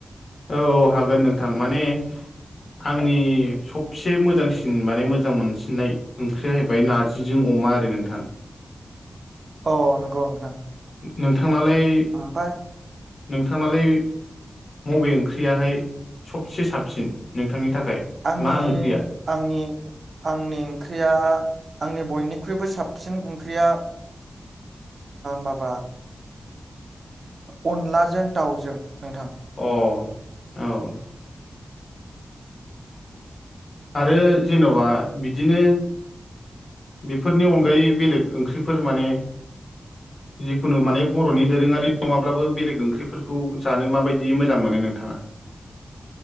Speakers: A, on the left (about 60°); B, on the right (about 60°).
A: औ औ हागोन नोंथां माने आंनि सबसे मोजांसिन माने मोजां मोनसिननाय ओंख्रिया जाहैबाय नारजिजों अमा आरो नोंथां
B: अ नंगौ नोंथां
A: नोंथांनालाय
B: ओमफाय
A: नोंथांनालाय मबे ओंख्रियाहाय सबसे साबसिन नोंथांनि थाखाय
B: आंनि
A: मा ओंख्रिया
B: आंनि आंनि ओंख्रिया आंनि बयनिख्रुइबो साबसिन ओंख्रिया माबा अनलाजों दाउजों नोंथां
A: अ औ आरो जेनबा बिदिनो बेफोरनि अनगायै बेलेग ओंख्रिफोर माने जिखुनु माने बर'नि दोरोङारि नङाब्लाबो बेलेग ओंख्रिफोरखौ जानो माबायदि मोजां मोनो नोंथाङा